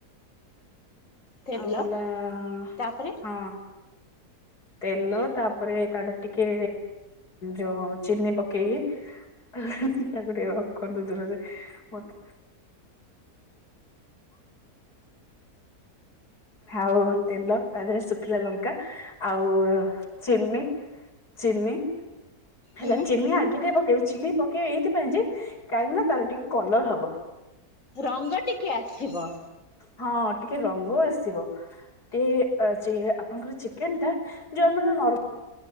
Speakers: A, on the left; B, on the left.
A: ତେଲ
B: ଆଉ ହେଲା-ଆ-ଆ-ଆ
A: ତାପରେ
B: ହଁ। ତେଲ ତାପରେ ତା ଦେହରେ ଟିକେ ଯୋଉ ଚିନି ପକେଇ। <unintelligible> ଆଉ ତେଲ ତା ଦେହରେ ଶୁଖ ଶୁଖିଲା ଲଙ୍କା ଆଉ ଚିନି ଚିନି। ହେଲା
A: ହୁଁ
B: ଚିନି ଆଗେ ଟିକେ ପକେଇବେ। ଚିନି ପକେଇବେ ଏଇଥିପାଇଁ ଯେ, କାହିଁକି ନା ତାର ଟିକେ କଲର ହବ।
A: ରଙ୍ଗ ଟିକେ ଆସିବ।
B: ହଁ ଟିକେ ରଙ୍ଗ ଆସିବ। ଟେ ଆ ଯେ ଆପଣଙ୍କର ଚିକେନ ଟା ଯୋଉ ଆମର ନର